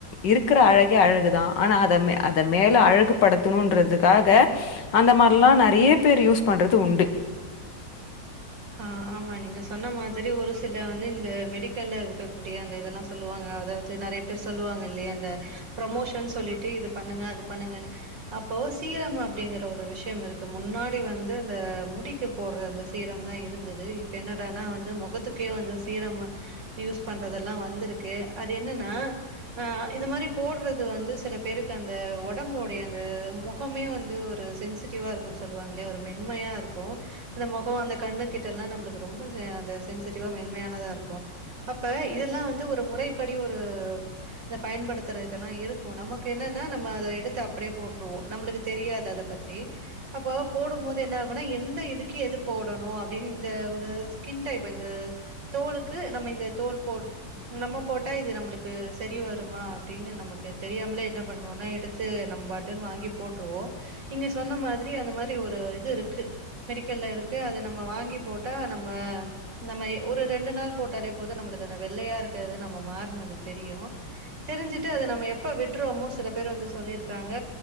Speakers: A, on the left; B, on the right.
A: இருக்குற அழகே அழகுதா ஆனா அத அத மேல அழகுப்படுத்தணுன்றதுக்காக அந்த மாரிலா நெறைய பேர் யூஸ் பண்றது உண்டு
B: ஆ ஆமா நீங்க சொன்ன மாதிரி ஒரு சில வந்து இந்த மெடிக்கல்ல இருக்கக்கூடிய அந்த இதெல்லா சொல்லுவாங்க அதாவுது நெறைய பேர் சொல்லுவாங்க இல்லியா இந்த ப்ரமோஷன் சொல்லிட்டு இது பண்ணுங்க அது பண்ணுங்கணு அப்போ சீரம் அப்டிங்கிற ஒரு விஷியோ இருக்கு முன்னாடி வந்து அந்த முடிக்கு போடுற அந்த சீ ரம் தா இருந்தது இப்ப என்னடா னா வந்து முகத்துக்கே வந்து சீரம் யூஸ் பண்றதெல்லா வந்துருக்கு அது என்னன்னா ஆ இந்த மாரி போடுறது வந்து சில பேருக்கு அந்த ஒடம்போடைய அந்த மொக் க்குமே வந்து ஒரு சென்சிடிவாருக்கு சொல்லுவாங்கலியா ஒரு மென்மையா இருக்கு அந்த மொகோ அந்த கண்ணுகிட்டலா நம்ளுக்கு ரொம்ப செ அந்த சென்சிட்டிவா மென்மையானதா இருக்கு அப்ப இதெல்லா வந்து ஒரு முறைப்படி ஒரு இத பயன்படுத்துற இதெல்லா இருக்கு நமக்கு என்னனா நம்ம அத எடுத்து அப்டியே போட்ருவோ நம்மளுக்கு தெரியாது அத பத்தி அப்போ போடுமோது என்ன ஆகுனா எந்த இதுக்கு எது போ டணு அப்டின் இந்த ஒரு ஸ்கின் டைப் இந்த தோலுக்கு நம்ம இந்த தோல் போடு நம்ம போட்டா இது நம்ளுக்கு சரி வருமா அப்டின்னு நமக்கு தெரியாமுலே என்ன பண்ணுவோனா எடு த்து நம்பட்டுன் வாங்கி போட்ருவோ நீங்க சொன்ன மாதிரி அந்த மாரி ஒரு இது இருக்கு மெடிக்கல்ல இருக்கு அத நம்ம வாங்கி போட்டா நம்ம நம்ம ஒரு ரெண்டு நாள் போட்டாலே போது நம்மளுக்கு அந்த வெள்ளையா இருக்குறது நம்ம மார்னது தெரியு தெரிஞ்சுட்டு அத நம்ம எப்ப விட்ருவோமோ சில பேர் வந்து சொல்லிருக்காங்க